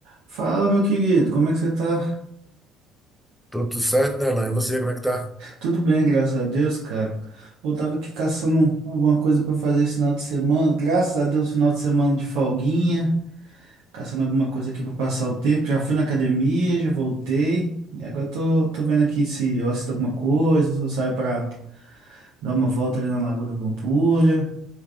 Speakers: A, on the right; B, in the centre.
A: Fala, meu querido, como é que você tá?
B: Tô tudo certo, né Nerlan? E você, como é que tá?
A: Tudo bem, graças a Deus, cara. Eu tava aqui caçando um, alguma coisa pra fazer esse final de semana. Graças a Deus, final de semana de folguinha, caçando alguma coisa aqui pra passar o tempo. Já fui na academia, já voltei. E agora tô, tô vendo aqui se eu assisto alguma coisa, se eu saio pra dar uma volta ali na Lagoa da Pampulha.